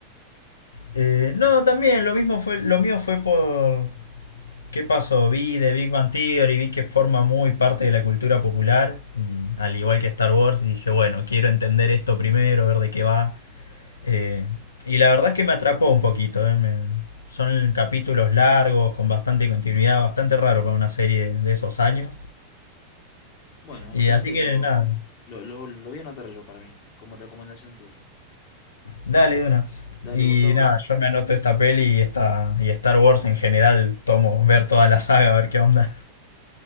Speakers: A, on the left; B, on the left.
A: eh, no, también lo mismo fue, lo mío fue por qué pasó, vi de Big Bang Theory, vi que forma muy parte de la cultura popular, y al igual que Star Wars, y dije, bueno, quiero entender esto primero, ver de qué va. Eh, y la verdad es que me atrapó un poquito. eh, me- son capítulos largos, con bastante continuidad, bastante raro para una serie de esos años.
B: Bueno, entonces
A: Y así que
B: lo,
A: nada,
B: lo, lo, lo voy a anotar yo para mí, como recomendación tuya.
A: dale de una.
B: Dale,
A: Y
B: Gustavo.
A: nada, yo me anoto esta peli y, esta, y Star Wars en general, tomo ver toda la saga, a ver qué onda.